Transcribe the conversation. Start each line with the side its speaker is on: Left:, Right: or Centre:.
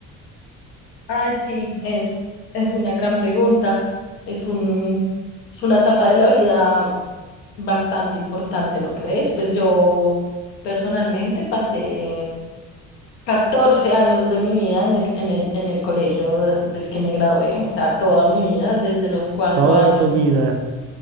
Left: Ay, sí, es, es una gran pregunta. Es un, es una etapa de la vida bastante importante, ¿no crees? Pues yo personalmente pasé 14 años de mi vida en el, en el, en el colegio del que me gradué, o sea, toda mi vida, desde los cuatro
Right: Toda
Left: años.
Right: tu vida,